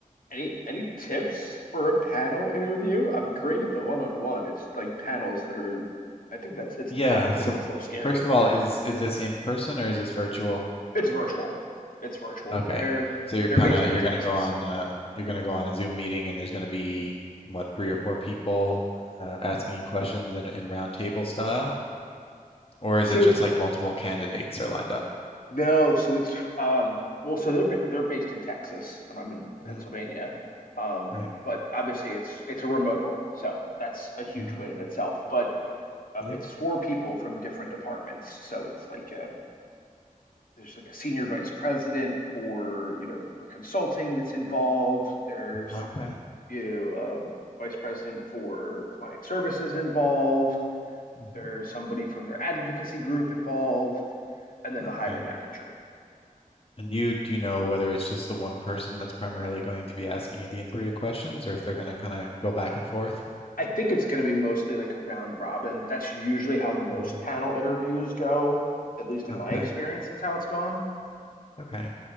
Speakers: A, on the left; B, on the left.
A: Any any tips for a panel interview? I'm great at the one-on-one. It's like panels that are, I think that's it's
B: Yeah.
A: the panel thing
B: So
A: that's a little scary.
B: first of all, is is this in person or is this virtual?
A: It's virtual. It's virtual.
B: Okay.
A: They're
B: So you're
A: they're
B: kind
A: based
B: of
A: in
B: you're
A: Texas.
B: gonna go on uh, you're gonna go on a Zoom meeting and there's gonna be what three or four people uh, asking you questions in in round table style, or is
A: So
B: it just like multiple candidates are lined up?
A: no, so it's um well, so they're ba- they're based in Texas and I'm in Pennsylvania.
B: Mm,
A: Um,
B: right.
A: but obviously it's it's a remote role, so that's a huge
B: hmm
A: win in itself. But um,
B: Yep.
A: it's four people from different departments, so it's like um, there's like a senior vice president for you know for consulting that's involved there's
B: Okay.
A: you know um, vice president for client services involved
B: hmm
A: there's somebody from their advocacy group involved and then
B: Okay.
A: the hiring manager
B: And you do you know whether it's just the one person that's primarily going to be asking you the interview questions, or if they're gonna kind of go back and forth?
A: i think it's going to be mostly like a round robin that's usually how most
B: hmm
A: panel interviews go at least in
B: Okay.
A: my experience that's how it's gone
B: Okay.